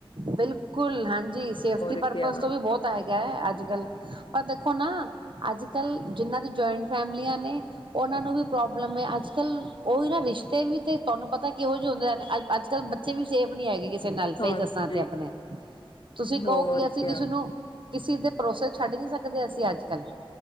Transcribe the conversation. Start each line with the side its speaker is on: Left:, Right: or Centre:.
Right: ਬਿਲਕੁਲ ਹਾਂਜੀ, ਸੇਫਟੀ ਪਰਪਜ਼
Left: ਕਿਆ
Right: ਤੋਂ ਵੀ ਬਹੁਤ ਹੈਗਾ ਹੈ, ਅੱਜ-ਕੱਲ੍ਹ ਪਰ ਦੇਖੋ ਨਾ ਅੱਜ ਕੱਲ ਜਿਹਨਾ ਦੇ ਜੁਆਇੰਟ ਫੈਮਲੀਆ ਨੇ ਉਹਨਾ ਨੂੰ ਵੀ ਪ੍ਰੋਬਲਮ ਏ, ਅੱਜ ਕੱਲ੍ਹ, ਉਹੀ ਨਾ ਰਿਸ਼ਤੇ ਵੀ ਤੇ ਤੁਹਾਨੂੰ ਪਤਾ ਕਿਹੋ ਜਿਹੇ ਹੁੰਦੇ ਰਹੇ ਨੇ, ਅੱਜ ਕੱਲ੍ਹ ਬ ਬੱਚੇ ਵੀ ਸੇਫ ਨੀ ਹੈਗੇ ਕਿਸੇ ਨਾਲ, ਸਹੀ
Left: ਹਾਂਜੀ
Right: ਦੱਸਾ ਤੇ ਆਪਣੇ, ਤੁਸੀ ਕਹੋ
Left: ਹੋਰ
Right: ਕਿ ਅਸੀ
Left: ਕਿਆ
Right: ਕਿਸੇ ਨੂੰ ਕਿਸੇ ਦੇ ਭਰੋਸੇ ਛੱਡ ਨਹੀ ਸਕਦੇ, ਅਸੀ ਅੱਜ ਕੱਲ੍ਹ।